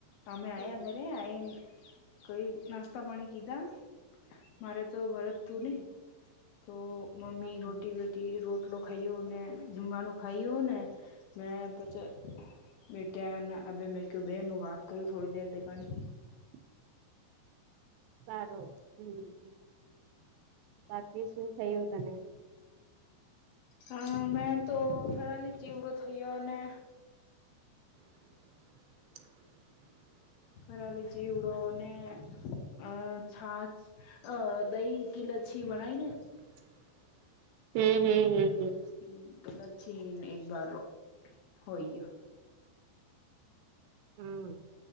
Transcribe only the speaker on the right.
હમ
હમ
હા હા
<inaudible> સારો હમ બાકી શું થયું તને
<inaudible>
<inaudible> હમ હમ હમ હમ
હમ